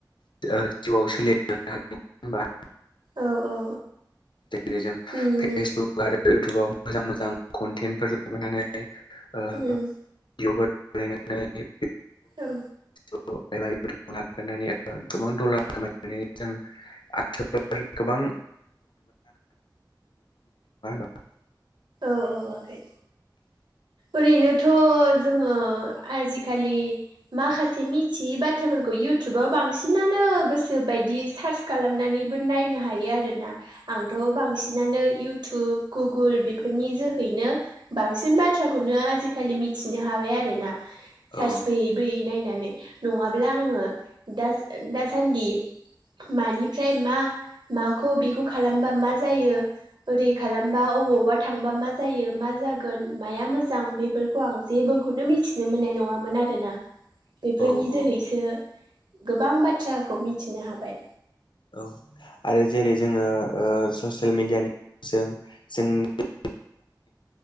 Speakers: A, on the left; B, on the right.
A: जिउआव सोलि हागोन होनबा।
B: औ औ
A: टेलिभिजन
B: उम
A: फेसबुक आरो। इउटुबाव मोजां मोजां कन्टेन्टफोर लाबोनानै ओ
B: उम
A: भिडिअफोर। <unintelligible> <unintelligible>
B: औ।
A: <unintelligible> <unintelligible> नागारनानै गोबां दलार खामायनानै जों। <unintelligible> गोबां <unintelligible>
B: ओ-ओ आगै।
A: <unintelligible> <unintelligible>
B: ओरैनोथ' जोङो आजिखालि माखासे मिथियै बाथ्राफोरखौ। इउटुबाव बांसिनानो गोसो बायदि सार्च खालामनानैबो नायनो हायो। आरोना आंथ' बांसिनानो इउटुब गुगोल बे। फोरनि जोहैनो बांसिन बाथ्राखौनो आजिखालि मिथिनो हाबाय आरो ना। सार्ज
A: औ
B: बोयै बोयै नायना। नङाब्ला आङो दा दासान्दि। मानिफ्राय मा माखौ बेखौ खालामबा मा जायो ओरै खालामबा अबावबा। थांबा मा जायो मा जागोन माया मोजां बेफोरखौ आं जेबोखौनो मिथिनो मोननाय नङामोन आं। आरोना बेफोरनि
A: औ
B: जोहैसो
A: औ औ
B: गोबां बाथ्राखौ मिथिनो हाबाय।
A: औ आरो जेरै जोङो ओ ससे। मिडियानि जों जोंनि।